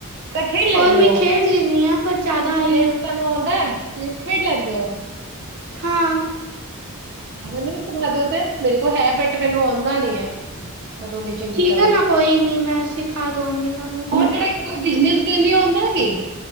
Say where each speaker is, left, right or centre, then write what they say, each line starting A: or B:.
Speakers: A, on the right (about 50°); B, on the right (about 80°).
A: ਖੇਡ ਲੈਣੇ
B: ਹੋਰ ਵੀ
A: ਹੋ,
B: ਖੇਡ ਲੈਂਦੀ ਆ ਪਰ ਜ਼ਿਆਦਾ ਆਹੀ
A: ਚੇਸ
B: ਆ
A: ਤੁਹਾਨੂੰ ਆਦਾ। ਚੈਸ ਖੇਡ ਲੈਂਦੇ ਹੋ?
B: ਹਾਂ!
A: ਮੈਨੂੰ ਵੀ ਸਿਖਾ ਦਿਓ ਤੇ, ਮੇਰੇ ਕੋਲ ਹੈ ਬੱਢਟ ਮੈਨੂੰ ਆਉਂਦਾ ਨੀ ਹੈ। ਪਤਾ ਨੀ ਚੰਗੀ
B: ਠੀਕ
A: ਤਰ੍ਹਾਂ
B: ਹੈ ਨਾ ਕੋਈ ਨੀ, ਮੈਂ ਸੀਂਖਾ ਦੇਵਾਂਗੀ ਤੁਹਾਨੂੰ।
A: ਹੋਰ ਜਿਹੜਾ ਕੋਈ ਬਿਜਨਸ ਗੇਮ ਵੀ ਆਉਂਦਾ ਹੈ ਕੇ?